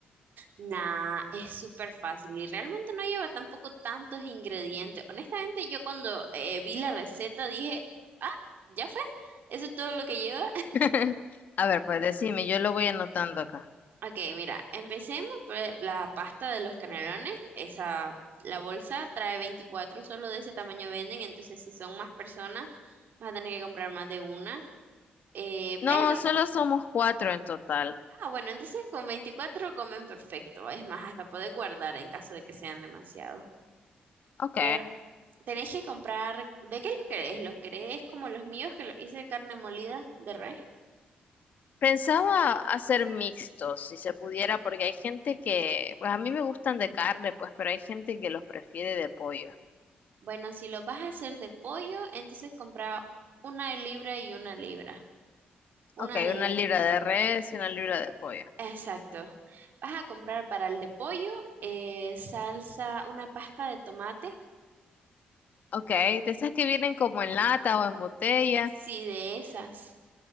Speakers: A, on the right; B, on the left.
A: Nah, es súper fácil y realmente no lleva tampoco tantos ingredientes. Honestamente, yo cuando eh, vi la receta dije, ah, ya fue, eso es todo lo que lleva.
B: <laughs> A ver, pues decime, yo lo voy anotando acá.
A: Ok, mira, empecemos por la pasta de los canelones. Esa, la bolsa trae veinticuatro. solo de ese tamaño venden, entonces si son más personas, vas a tener que comprar más de una. Eh,
B: No,
A: pero,
B: solo somos cuatro en total.
A: ah, bueno, entonces con 24 comen perfecto. Es más, hasta poder guardar en caso de que sean demasiados.
B: Ok.
A: Mira, tenés que comprar, ¿de qué los querés? ¿Los querés como los míos que los hice de carne molida de res?
B: Pensaba hacer mixtos, si se pudiera, porque hay gente que, pues a mí me gustan de carne, pues, pero hay gente que los prefiere de pollo.
A: Bueno, si los vas a hacer de pollo, entonces compra una libra y una libra. Una
B: Ok,
A: de,
B: una libra de res y una libra de pollo.
A: Exacto. Vas a comprar para el de pollo eh, salsa, una pasta de tomate,
B: Ok, de esas que vienen como en lata o en botella.
A: sí, de esas.